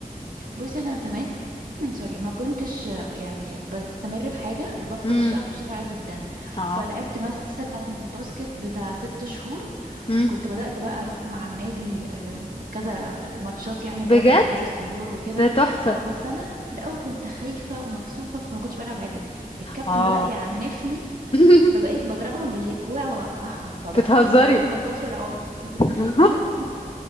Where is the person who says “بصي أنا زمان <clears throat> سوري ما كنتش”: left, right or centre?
Right